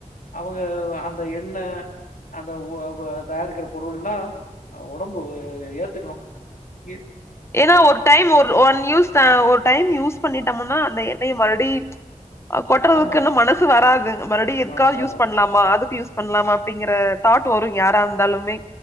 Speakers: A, on the left (about 80°); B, on the left (about 20°).
A: அவுங்க அந்த எண்ண அந்த ஓ ஓ தயாரிக்கிற பொருள்லா அ ஒடம்பு ஏத்துக்கணு ஏ
B: ஏனா ஒரு டைம் ஒரு ஒன் யூஸ்தா ஒரு டைம் யூஸ் பண்ணிட்டமுனா அந்த எண்ணெய்ய மறுடி <inaudible> அ கொட்றதுக்கு
A: ஆமா.
B: இன்னு மனசு வராதுங் மறுபடியு எதுக்காவ்து
A: மனசு வராது.
B: யூஸ் பண்லாமா அதுக்கு யூஸ் பண்லாமா அப்டிங்கிற தாட் வரு யாரா இருந்தாலுமே